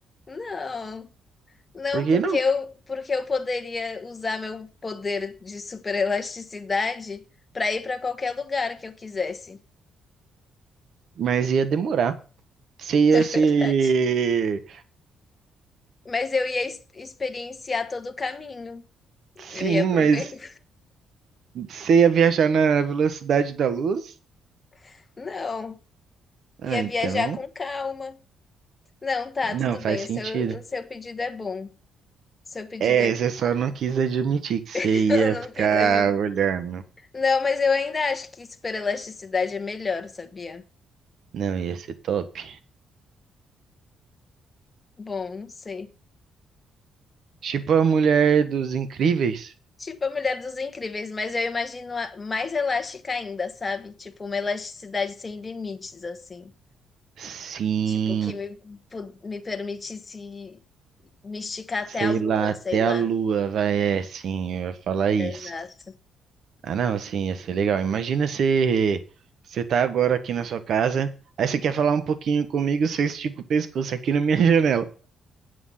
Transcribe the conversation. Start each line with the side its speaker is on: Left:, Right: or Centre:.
Left: Não. Não,
Right: Por que
Left: porque
Right: não?
Left: eu, porque eu poderia usar meu poder de super elasticidade para ir para qualquer lugar que eu quisesse.
Right: Mas ia demorar. Você ia se...
Left: Verdade. Mas eu ia ex- experienciar todo o caminho.
Right: Sim,
Left: Eu ia aproveitar.
Right: mas você ia viajar na velocidade da luz?
Left: <laughs> Não,
Right: Ah,
Left: ia
Right: então...
Left: viajar com calma. Não, tá,
Right: Não,
Left: tudo
Right: faz
Left: bem.
Right: sentido.
Left: O seu, o seu pedido é bom. O seu pedido
Right: É,
Left: é.
Right: você só não quis admitir que você
Left: <laughs>
Right: ia
Left: Eu
Right: ficar
Left: não quis adivinhar.
Right: olhando.
Left: Não, mas eu ainda acho que super elasticidade é melhor, sabia?
Right: Não, ia ser top.
Left: Bom, não sei.
Right: Tipo a mulher dos incríveis?
Left: Tipo a Mulher dos Incríveis, mas eu imagino a- mais elástica ainda, sabe? Tipo, uma elasticidade sem limites, assim.
Right: Sim,
Left: Tipo, que me, pu- me permitisse me esticar
Right: sei
Left: até a lua,
Right: lá, até
Left: sei lá.
Right: a lua vai, é, sim, eu ia falar isso.
Left: Exato.
Right: Ah, não, sim, ia ser legal. Imagina você, você tá agora aqui na sua casa, aí você quer falar um pouquinho comigo, você estica o pescoço aqui na minha <laughs> janela.